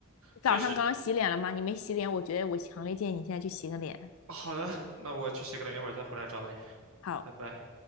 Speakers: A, on the right; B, on the left.
A: 确实，
B: 早上刚刚洗脸了吗？你没洗脸，我觉得我强烈建议你现在去洗个脸。
A: 好的，那我去洗个脸，一会儿再回来找你，
B: 好。
A: 拜拜。